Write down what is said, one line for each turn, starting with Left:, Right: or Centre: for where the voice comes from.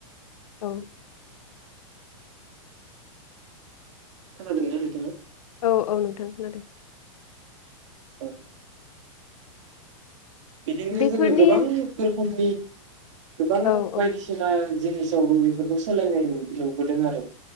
Left: औ
Right: खोनादोंना नोंथाङा?
Left: औ औ नोंथां खोनादों।
Right: औ बिदिनो
Left: बेफोरनि
Right: जोङो गोबां <unintelligible> गोबां
Left: औ
Right: बायदिसिना
Left: औ
Right: जे सावबो बेफोरखौ सोलायनाय नुबोदों आरो